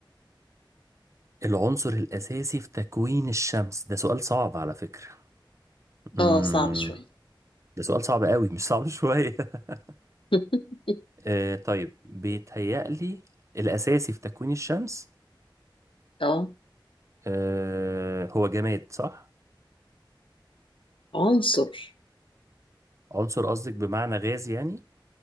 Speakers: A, on the right; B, on the left.
A: العنصر الأساسي في تكوين الشمس ده سؤال صعب على فكرة امم
B: اه صعب شوية
A: ده سؤال صعب قوي مش صعب شوية <laughs>
B: <laughs>
A: آه طيب بيتهيألي الأساسي في تكوين الشمس
B: اه
A: آه هو جماد صح؟
B: عنصر
A: عنصر قصدك بمعنى غاز يعني